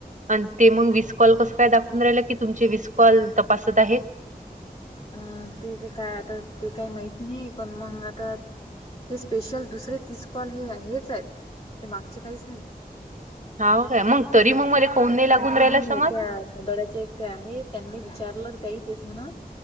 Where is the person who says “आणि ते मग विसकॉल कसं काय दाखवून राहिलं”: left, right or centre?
Right